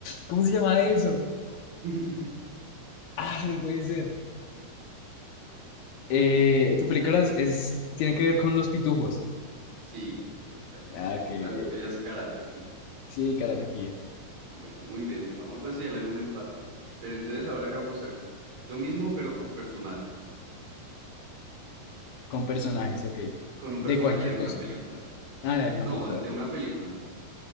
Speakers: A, on the left; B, on the right.
A: ¿cómo se llama eso?
B: <laughs>
A: Ah, no puede ser. Eh, tu película es, es- tiene que ver con los pitufos.
B: Sí, y esa es.
A: Ah, ok,
B: La
A: ok,
B: tuya
A: ok.
B: es Karate Kid.
A: Sí, Karate Kid.
B: Bueno, muy bien. Vamos a considerar un empate. Pero entonces ahora hagamos algo. Lo mismo, pero con personajes.
A: Con personajes, ok.
B: Con un
A: De
B: personaje
A: cualquier
B: de alguna
A: cosa.
B: película.
A: Ah, de alguna
B: No,
A: película,
B: de, de
A: ok.
B: una película.